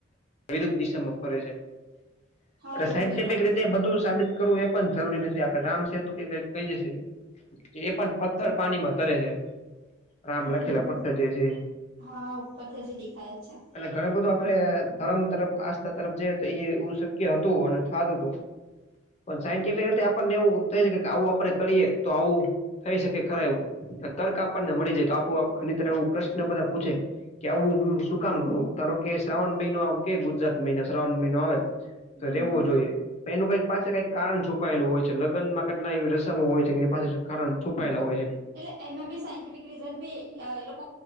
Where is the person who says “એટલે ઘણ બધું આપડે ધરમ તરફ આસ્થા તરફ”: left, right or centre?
Left